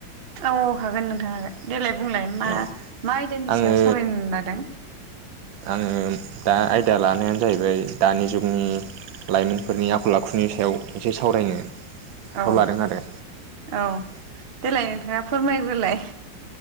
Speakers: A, on the right; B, on the right.
A: औ हागोन नोंथां हागोन देलाय बुंलाय मा-मा
B: औ
A: आयदानि
B: आङो
A: सायाव सरायनो लादों?
B: आङो दा आयदा लानायानो जाहैबाय दानि जुगनि लाइमोनफोरनि आखल आखुनि सायाव एसे सावरायनो आखायाव
A: औ
B: लादों आरो
A: औ देलाय नोंथाङा फोरमायग्रोलाय।